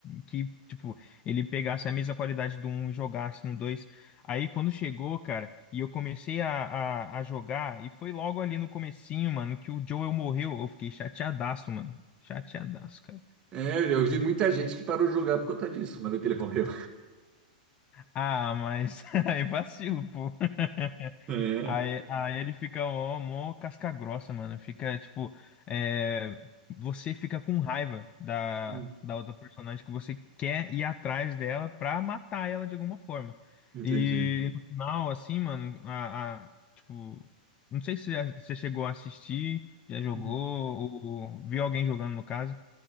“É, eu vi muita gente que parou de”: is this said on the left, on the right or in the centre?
Right